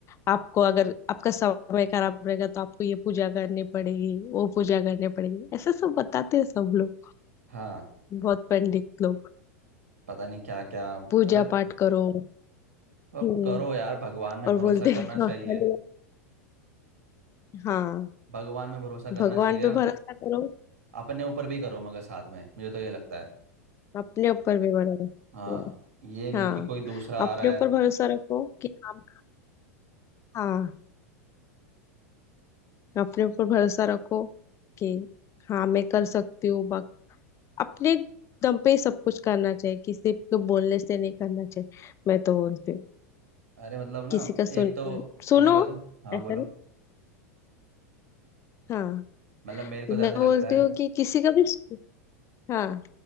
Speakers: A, on the left; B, on the right.
A: आपको अगर आपका समय खराब रहेगा तो आपको ये पूजा करनी पड़ेगी वो पूजा करनी पड़ेगी ऐसा सब बताते हैं सब लोग
B: हाँ
A: बहुत पंडित लोग
B: पता नहीं क्या क्या मतलब
A: पूजा पाठ करो
B: अब
A: हम्म
B: करो यार भगवान में
A: और
B: भरोसा
A: बोलते
B: करना
A: हैं
B: चाहिए
A: हाँ हलवा हाँ
B: भगवान में भरोसा करना
A: भगवान
B: चाहिए
A: पे भरोसा करो
B: अपने ऊपर भी करो मगर साथ में मुझे तो ये लगता है
A: अपने ऊपर भी भरोसा
B: हाँ ये नहीं
A: हाँ
B: कि कोई दूसरा
A: अपने
B: आ रहा है
A: ऊपर भरोसा रखो कि हम हाँ अपने ऊपर भरोसा रखो कि हाँ मैं कर सकती हूँ बाक- अपने दम पे ही सब कुछ करना चाहिए किसी के बोलने से नहीं करना चाहिए मैं तो बोलती हूँ
B: अरे मतलब ना
A: किसी का सुन
B: एक तो
A: सुनो
B: ये बताओ हाँ
A: ऐसा
B: बोलो
A: नहीं हाँ
B: मतलब मेरे को तो
A: मैं
B: ऐसा लगता
A: बोलती
B: है
A: हूँ कि किसी का भी हाँ